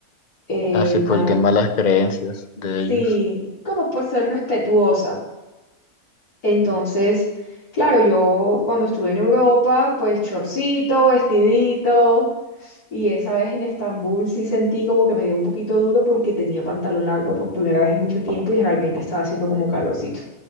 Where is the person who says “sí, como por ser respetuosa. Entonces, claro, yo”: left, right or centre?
Left